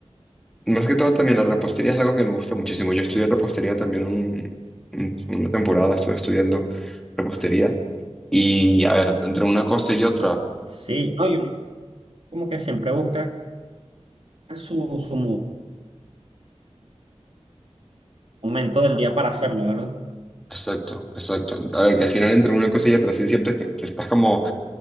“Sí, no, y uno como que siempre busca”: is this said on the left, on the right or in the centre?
Right